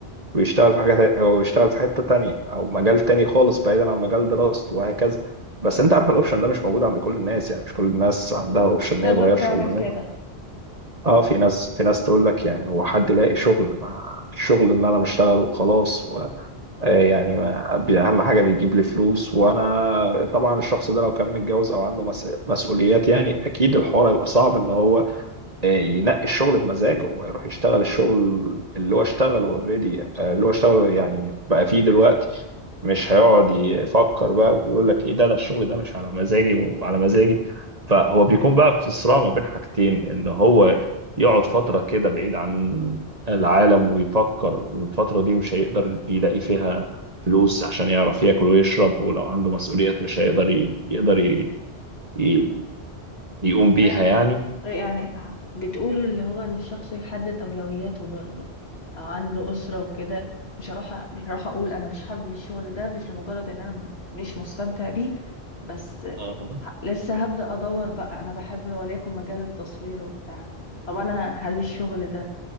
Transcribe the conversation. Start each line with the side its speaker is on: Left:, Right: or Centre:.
Right: ويشتغل في حاجه تا- او يشتغل في حته تانية او مجال تاني خالص بعيدا عن مجال دراسته وهكذا بس انت عارف الاوبشن ده مش موجود عند كل الناس يعني مش كل الناس عندها اوبشن ان
Left: تقدر
Right: هي تغير
Left: تعمل
Right: شغلانتها
Left: كده
Right: اه في ناس في ناس تقول لك يعني هو حد يلاقي شغل ما الشغل اللي انا بشتغله وخلاص و- آه يعني ما بي- اهم حاجه بيجيب لي فلوس وانا طبعا الشخص ده لو كان متجوز او عنده مس- مسؤوليات يعني اكيد الحوار هيبقى صعب ان هو ينقي الشغل بمزاجه ويروح يشتغل الشغل اللي هو اشتغله اوريدي اللي هو اشتغله يعني بقى فيه دلوقتي مش هيقعد يفكر بقى ويقول لك ايه ده ده الشغل ده مش على مزاجي وعلى مزاجي فهو بيكون بقى في صراع ما بين حاجتين ان هو يقعد فترة كده بعيد عن العالم ويفكر والفترة دي مش هيقدر يلاقي فيها فلوس عشان يعرف ياكل ويشرب ولو عنده مسؤوليات مش هيقدر ي- يقدر ي- ي- يقوم بيها
Left: ايوه
Right: يعني
Left: يعني بتقول اللي هو ان الشخص يحدد اولوياته برضه او عنده اسره وكده مش هروح أ- مش هروح اقول انا مش حابب الشغل ده مش لمجرد ان انا م- مش مستمتع بيه بس
Right: أها
Left: ه- لسه هبدا ادور بقى انا بحب وليكن مجال التصوير وبتاع طب انا هل الشغل ده